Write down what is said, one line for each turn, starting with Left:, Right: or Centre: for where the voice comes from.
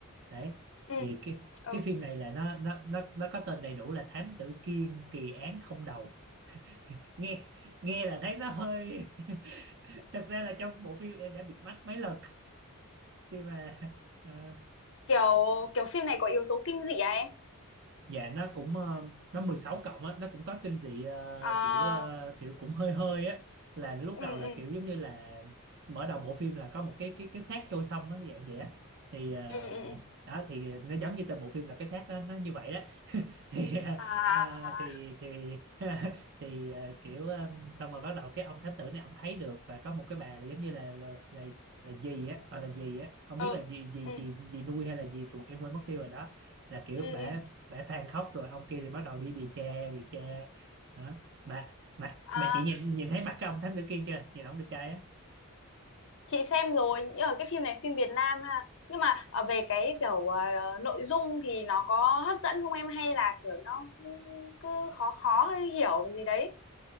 Right: Đấy.
Left: ừ,
Right: Thì cái
Left: ừ.
Right: cái phim này là nó nó nó nó có tên đầy đủ là Thám Tử Kiên kỳ án không đầu nghe nghe là thấy nó hơi <laughs> thật ra là trong bộ phim em đã bịt mắt mấy lần khi mà ờ,
Left: kiểu kiểu phim này có yếu tố kinh dị à em
Right: dạ nó cũng ờ, nó 16 cộng á nó cũng có kinh dị ờ,
Left: à
Right: kiểu ờ, kiểu cũng hơi hơi á là lúc
Left: ừ
Right: đầu là
Left: ừ
Right: kiểu giống như là mở đầu bộ phim là có một cái cái cái xác trôi sông á dạng vậy á thì ờ,
Left: ừ ừ ừ.
Right: đó thì nó giống như tên bộ phim là cái xác đó nó như vậy đó thì <laughs>
Left: à
Right: à,
Left: à,
Right: thì thì <laughs> thì à, kiểu um, xong rồi bắt đầu cái ông thám tử này ông thấy được và có một cái bà là giống như là là là, là gì á gọi là gì á không
Left: ừ
Right: biết là gì gì
Left: ừ
Right: gì gì nuôi hay là gì ruột em quên mất tiêu rồi đó là kiểu
Left: ừ
Right: bả
Left: ừ.
Right: bả than khóc rồi ông kia thì bắt đầu đi điều tra điều tra đó mà mà
Left: à
Right: mà chị nhìn nhìn thấy mặt cái ông thám tử kia chưa nhìn ông đẹp trai á
Left: chị xem rồi nhưng mà cái phim này phim Việt Nam ha nhưng mà ở về cái kiểu ờ, nội dung thì nó có hấp dẫn không em hay là kiểu nó cứ, cứ khó khó hay hiểu gì đấy